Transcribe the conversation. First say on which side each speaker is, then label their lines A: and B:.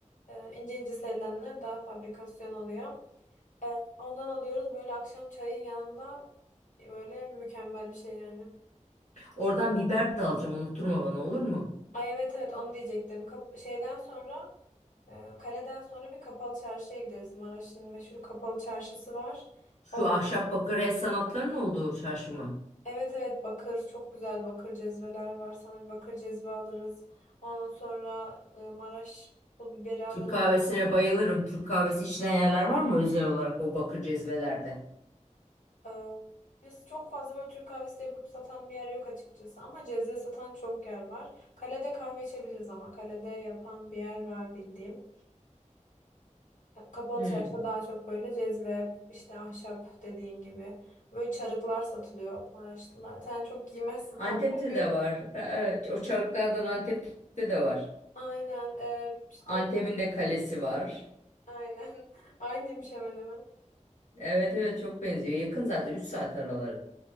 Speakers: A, on the left; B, on the left.
A: Ee, ince ince serilenler daha fabrikasyon oluyor. Ee, ondan alıyoruz böyle akşam çayın yanında böyle mükemmel bir şey yani.
B: Oradan biber de alacağım unutturma bana olur mu?
A: Ay evet evet onu diyecektim. Kap- şeyden sonra e, kaleden sonra bir kapalı çarşıya gideriz. Maraş'ın meşhur kapalı çarşısı var.
B: Şu
A: Or
B: ahşap bakır el sanatlarının olduğu çarşı mı?
A: evet evet bakır çok güzel bakır cezveler var. Sana bir bakır cezve alırız. Ondan sonra e, Maraş pul biberi alırız.
B: Türk kahvesine bayılırım. Türk kahvesi içilen yerler var mı özel olarak o bakır cezvelerde?
A: E, biz çok fazla böyle Türk kahvesi yapıp satan bir yer yok açıkçası. Ama cezve satan çok yer var. Kalede kahve içebiliriz ama kalede yapan bir yer var bildiğim. Kapalı
B: Hmm.
A: çarşıda daha çok böyle cezve, işte ahşap dediğin gibi. Böyle çarıklar satılıyor Maraşlılar. Sen çok giymezsin falan.
B: Antep'te
A: ama Gör.
B: de var. Evet, o çarıklardan Antep'te de var.
A: Aynen. e, işte
B: Antep'in de kalesi var.
A: aynen. <laughs> Aynıymış hemen hemen.
B: Evet evet çok benziyor. Yakın zaten 3 saat araları.